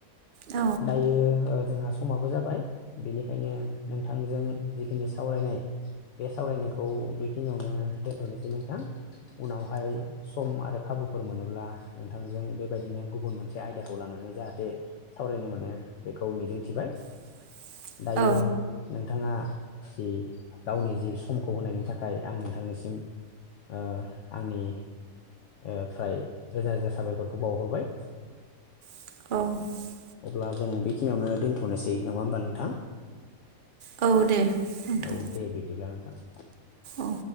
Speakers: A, on the right (about 55°); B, on the left (about 65°).
A: औ
B: दायो ओह जोंहा समाबो जाबाय बेनिखायनो नोंथांजों जिखिनि सावरायनाय बे सावरायनायखौ बेखिनियावनो दोनथ'नोसै नोंथां उनावहाय सम आरो खाबु फोर मोनोब्ला नोंथांजों बेबायदिनो गुबुन मोनसे आयदाखौ लानानै जाहाथे सावरायनो मोनो बे खौ मिजिंथिबाय
A: <inaudible>
B: दायो
A: औ
B: नोंथाङा जि गावनि जि समखौ होनायनि थाखाय आं नोंथांनिसिम ओह आंनि ओह फ्राय रोजा रोजा साबायख'रखौ बावहरबाय
A: <inaudible>
B: अब्ला जों बेखिनियावनो दोनथ'नोसै नङा होमबा नोंथां
A: औ दे नोंथां
B: औ दे बिदिब्ला नोंथां
A: औ